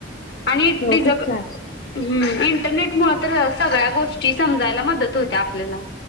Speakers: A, on the left; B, on the left.
A: आणि
B: हो
A: डीज
B: खूप छान
A: इंटरनेट मुळ तर सगळ्या गोष्टी. समजायला मदत होतिया आपल्याला